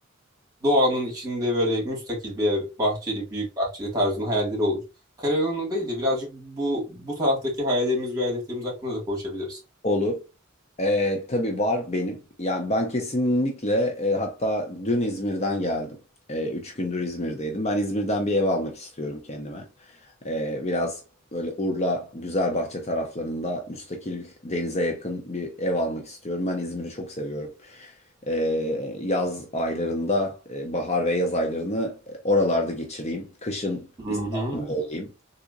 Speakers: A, on the right; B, on the left.
A: doğanın içinde böyle müstakil bir ev, bahçeli, büyük bahçeli tarzında hayalleri olur. Kariyer anlamında değil de birazcık bu bu taraftaki hayallerimiz ve hedeflerimiz hakkında da konuşabiliriz.
B: olur. E, tabii var benim. Yani ben kesinlikle e, hatta dün İzmir'den geldim. E, üç gündür İzmir'deydim. Ben İzmir'den bir ev almak istiyorum kendime. E, biraz böyle Urla, Güzelbahçe taraflarında müstakil denize yakın bir ev almak istiyorum. Ben İzmir'i çok seviyorum. E, yaz aylarında, e, bahar ve yaz aylarını oralarda geçireyim. Kışın
A: Hı
B: İstanbul'da
A: hı.
B: olayım.